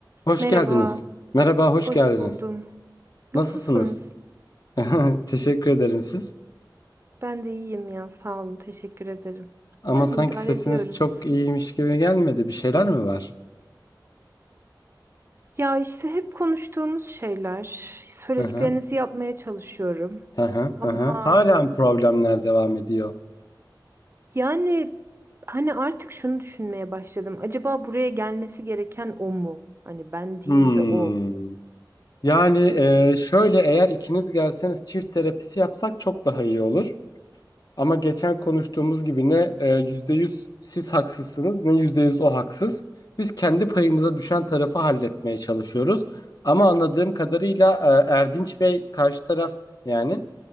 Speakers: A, on the left; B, on the right.
A: Hoş
B: Merhaba,
A: geldiniz. Merhaba, hoş
B: hoş
A: geldiniz.
B: buldum.
A: Nasılsınız?
B: Nasılsınız?
A: <laughs> Teşekkür ederim siz.
B: Ben de iyiyim ya, sağ olun, teşekkür ederim.
A: Ama
B: Yani
A: sanki
B: idare
A: sesiniz
B: ediyoruz.
A: çok iyiymiş gibi gelmedi. Bir şeyler mi var?
B: Ya işte hep konuştuğumuz şeyler, söylediklerinizi
A: Hı hı.
B: yapmaya çalışıyorum.
A: Hı hı. Hı
B: Ama
A: hı. Halen problemler devam ediyor.
B: yani hani artık şunu düşünmeye başladım. Acaba buraya gelmesi gereken o mu? Hani ben değil
A: Hmm.
B: de o.
A: Yani e, şöyle eğer ikiniz gelseniz çift terapisi yapsak çok daha iyi olur. Ama geçen konuştuğumuz gibi ne e, %100 siz haksızsınız ne %100 o haksız. Biz kendi payımıza düşen tarafı halletmeye çalışıyoruz. Ama anladığım kadarıyla e, Erdinç Bey karşı taraf yani